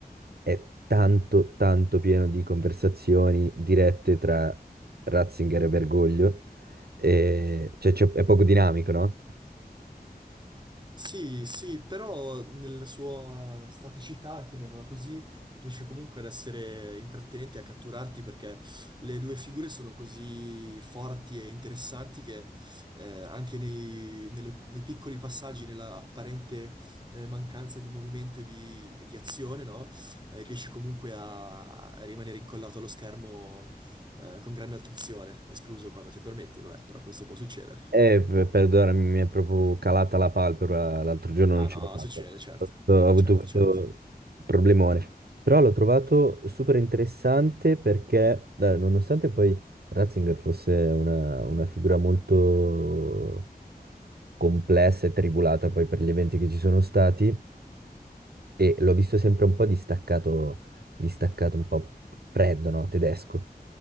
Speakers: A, on the right; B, on the right.
A: è tanto, tanto pieno di conversazioni dirette tra Ratzinger e Bergoglio, e, cioè, c'è- è poco dinamico, no?
B: Sì, sì, però nella sua staticità, chiamiamola così, riesce comunque ad essere intrattenente e a catturarti perché le due figure sono così forti e interessanti che eh, anche nei, nelle- nei piccoli passaggi, nella apparente eh, mancanza di movimento e di, e di azione, no? Eh, riesce comunque a, a rimanere incollato allo schermo eh, con grande attenzione, escluso quando ti addormenti, vabbè, però questo può succedere.
A: E per- perdonami, mi mi è proprio calata la palpebra, l'altro giorno
B: Ah
A: non ce
B: no,
A: l'ho fatta,
B: succede, certo,
A: ho avuto
B: certo,
A: questo
B: certo.
A: problemone, però l'ho trovato super interessante perché, eh, nonostante poi Ratzinger fosse una, una figura molto complessa e tribulata poi per gli eventi che ci sono stati, e l'ho visto sempre un po' distaccato, distaccato un po' freddo, no? Tedesco.